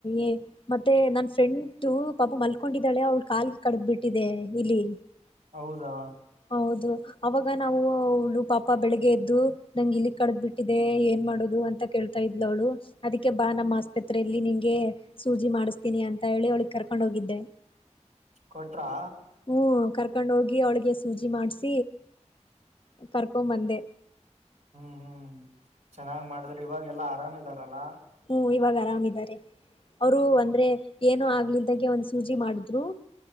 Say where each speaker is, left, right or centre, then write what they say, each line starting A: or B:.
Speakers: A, on the left; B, on the right.
A: ಏ ಮತ್ತೆ ನನ್ ಫ್ರೆಂಡ್ದು ಪಾಪ ಮಲ್ಕೊಂಡಿದ್ದಾಳೆ ಅವ್ಳ ಕಾಲಗೆ ಕಡ್ದ್ ಬಿಟ್ಟಿದೆ ಇಲಿ
B: ಹೌದಾ
A: ಹೌದು ಅವಾಗ ನಾವು ಅವಳು ಪಾಪ ಬೆಳಿಗ್ಗೆ ಎದ್ದು ನಂಗ ಇಲ್ಲಿ ಕಡದ್ ಬಿಟ್ಟಿದೆ ಏನ್ ಮಾಡೋದು ಅಂತ ಕೇಳ್ತಾ ಇದ್ಲು ಅವಳು ಅದಿಕ್ಕೆ ಬಾ ನಮ್ಮ್ ಆಸ್ಪತ್ರರೆಯಲ್ಲಿ ಗೆ ಸೂಜಿ ಮಾಡಿಸ್ತೀನಿ ಅಂತ ಹೇಳಿ ಅವ್ಳಿಗಗ್ ಕರ್ಕೊಂಡ್ ಹೋಗಿದ್ದೆ
B: ಕೊಟ್ರಾ
A: ಹ್ಮ್ ಕರ್ಕೊಂಡೋಗಿ ಅವಳಿಗೆ ಸೂಜಿ ಮಾಡ್ಸ ಕರ್ಕೊಂಡಂಬಂದೆ
B: ಹ್ಮ್ ಹ್ಮ್ ಚೆನ್ನಾಗ್ ಮಾಡಿದ್ರೆ ಇವಾಗೆಲ್ಲಾ ಆರಾಮ್ ಇದಾರಲ್ಲಾ
A: ಹುಂ ಇವಾಗ ಆರಾಮ್ ಇದ್ದಾರೆ ಅವರು ಅಂದ್ರೆ ಏನೋ ಆಗ್ಲಲ್ದಾನ್ಗೆ ಒಂದ್ ಸೂಜಿ ಮಾಡಿದ್ರು